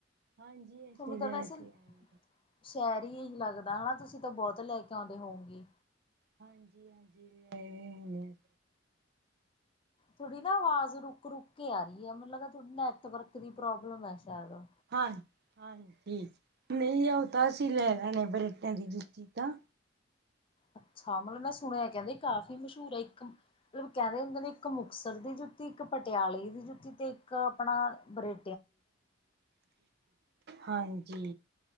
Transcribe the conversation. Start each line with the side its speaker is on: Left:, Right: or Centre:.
Right: ਹਾਂਜੀ ਅਸੀ
Left: ਤੁਹਾਨੂੰ ਤਾਂ
Right: ਲੈ
Left: ਵੈਸੇ
Right: ਕੇ ਆਏ।
Left: ਸ਼ਹਿਰ ਇਹੀ ਲੱਗਦਾ ਹਨਾ ਤੁਸੀ ਤਾ ਬੋਤ ਲੈ ਕੇ ਆਂਉਦੇ ਹੋਊਗੇ।
Right: ਹਾਜੀ- ਹਾਜੀ ਗਏ ਹੋਏ ਆ।
Left: ਥੋੜੀ ਨਾ ਆਵਾਜ ਰੁਕ- ਰੁਕ ਕੇ ਆ ਰਹੀ ਐ, ਮਤਲਬ ਥੋਡੇ ਨੈੱਟਵਰਕ ਦੀ ਪ੍ਰੋਬਲਮ ਹੈ ਸ਼ਾਇਦ।
Right: ਹਾ ਹਾਂਜੀ ਨਹੀ ਉਹ ਤਾ ਅਸੀਂ ਲੈਣਾ ਆ ਬਰੇਟਿਆ ਦੀ ਜੁੱਤੀ ਤਾ।
Left: ਅੱਛਾ ਮਤਲਬ ਮੈ ਸੁਣਿਆ ਕਹਿੰਦੇ ਕਾਫੀ ਮਸ਼ਹੂਰ ਆ ਇੱਕ ਮਤਲਬ ਕਹਿ ਰਹੇ ਹੁੰਦੇ ਨੇ ਇੱਕ ਮੁਕਤਸਰ ਦੀ ਜੁੱ- ਤੀ, ਇੱਕ ਪਟਿਆਲੇ ਦੀ ਜੁੱਤੀ, ਤੇ ਇੱਕ ਆਪਣਾ ਬਰੇ-
Right: ਹਾਂਜੀ।